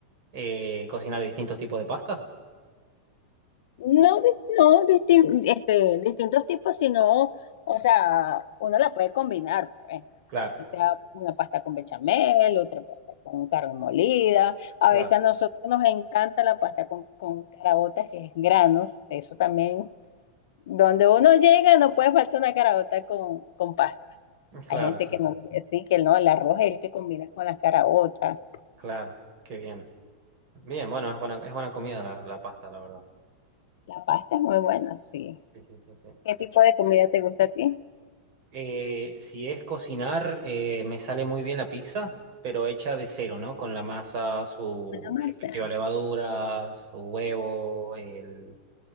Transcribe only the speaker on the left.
No, di- no disti- este, distintos tipos, sino, o sea, uno la puede combinar, pues.
que sea una pasta con bechamel, otra pasta con carne molida. A
veces a nosotros nos encanta la pasta con, con caraotas que es granos, eso también. Donde uno llega no puede faltar una caraota con, con pasta.
Hay gente
que
no,
sí, que no, el arroz es el que combina con las caraotas,
La pasta es muy buena, sí.
¿Qué tipo de comida te gusta a ti?
La masa.